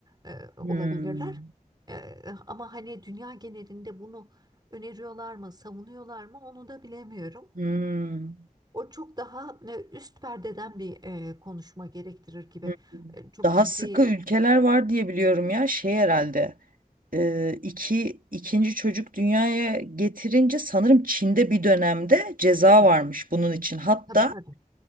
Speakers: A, on the right (about 30°); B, on the right (about 75°).
A: e,
B: Hmm.
A: olabilirler. E, ama hani dünya genelinde bunu öneriyorlar mı, savunuyorlar mı onu da bilemiyorum.
B: Hmm.
A: O çok daha e, üst perdeden bir e, konuşma gerektirir gibi.
B: Hmm.
A: E, çok
B: Daha
A: ciddi.
B: sıkı ülkeler var diye biliyorum ya şey herhalde. e, iki, ikinci çocuk dünyaya getirince sanırım Çin'de bir dönemde ceza
A: Evet,
B: varmış bunun için. Hatta
A: tabii tabii.